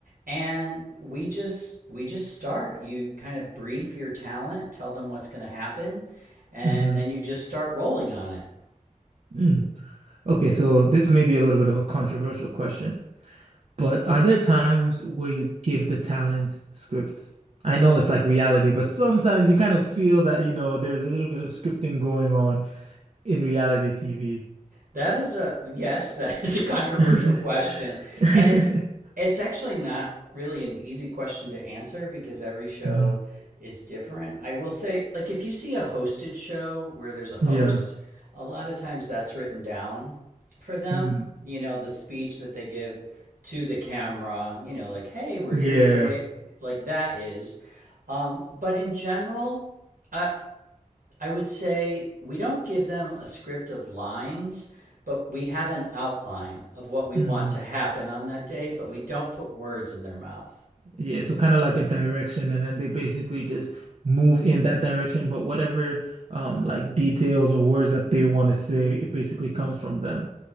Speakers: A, on the right; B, on the right.
A: and we just we just start you kind of brief your talent tell them what's going to happen and
B: Mm-hmm.
A: then you just start rolling on it
B: Mm. Okay, so this may be a little bit of a controversial question, but are there times where you give the talent scripts? I know it's like reality, but sometimes you kind of feel that, you know, there's a little bit of scripting going on in reality TV.
A: That is a yes, <laughs> that is a controversial
B: <laughs>
A: question. And it's it's actually not really an easy question to answer because every show
B: Mhm.
A: is different. I will say like if you see a hosted show where there's a host,
B: Yeah.
A: a lot of times that's written down for them,
B: Mm.
A: you know, the speech that they give to the camera, you know, like hey, we're
B: Yeah.
A: here today, like that is um but in general, I I would say we don't give them a script of lines, but we have an outline of what we
B: Mm.
A: want to happen on that day, but we don't put words in their mouth.
B: Yeah. So kind of like a direction, and then they basically just move in that direction, but whatever um like details or words that they want to say, it basically comes from them.